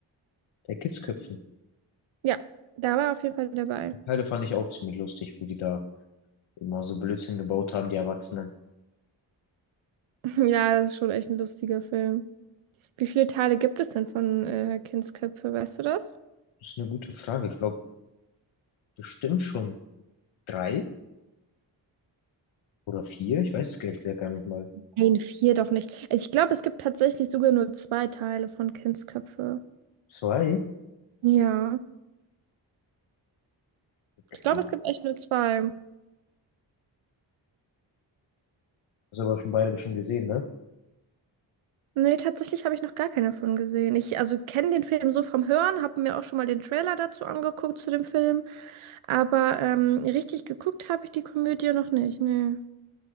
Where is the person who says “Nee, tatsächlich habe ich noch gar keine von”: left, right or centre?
Right